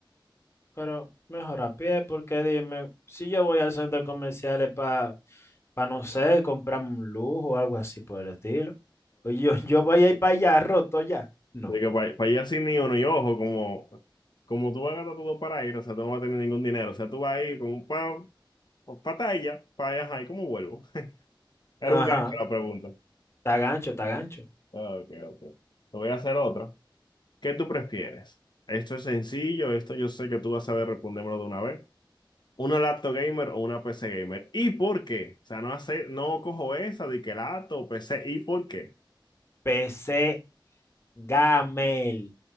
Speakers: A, on the left (about 30°); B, on the left (about 55°).
A: pero mejor a pie, porque dime, si yo voy al centro comercial para, para no sé, comprarme un lujo o algo así por el estilo. Oye, yo, <laughs> yo voy a ir para allá roto ya. No.
B: lo que, para, allá sin ni uno, y ojo, como, como tú vas a gastar todo para ir, o sea, tú no vas a tener ningún dinero. O sea, tú vas a ir con un pa, patalla para allá, ¿y cómo vuelvo? <laughs> Era
A: Ajá,
B: un gancho la pregunta.
A: está gancho, está gancho.
B: Ok, ok. Te voy a hacer otra. ¿Qué tú prefieres? Esto es sencillo, esto yo sé que tú vas a saber respondérmelo de una vez. Una laptop gamer o una PC gamer. ¿Y por qué? O sea, no hace, no cojo esa de que laptop o PC. ¿Y por qué?
A: PC Gamel.